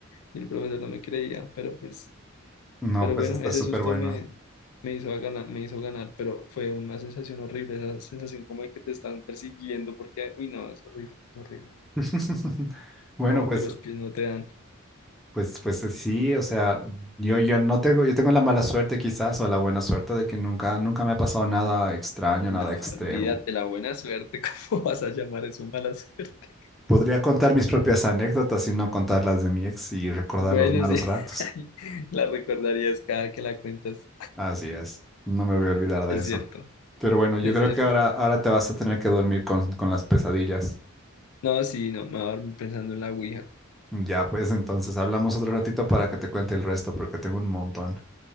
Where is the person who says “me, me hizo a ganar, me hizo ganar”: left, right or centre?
Left